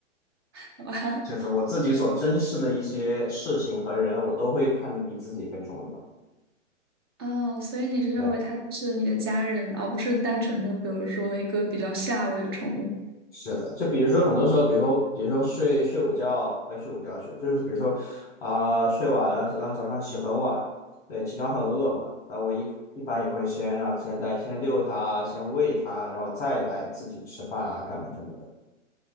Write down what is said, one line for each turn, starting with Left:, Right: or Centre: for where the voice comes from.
Right: <laughs> 好吧。
Left: 就是我自己所珍视的一些事情和人，我都会看得比自己更重要。
Right: 哦，所以你是认为它就是你的家人，
Left: 对，
Right: 而不是单纯的，比如说一个比较下位的宠物。
Left: 是的，就比如说很多时候，比如说比如说睡睡午觉，不是睡午觉去，就是比如说啊、睡晚了，然后早上起很晚，对，起床很饿嘛，然后我一一般也会先让先带先遛它，先喂它，然后再来自己吃饭啊、干嘛什么的。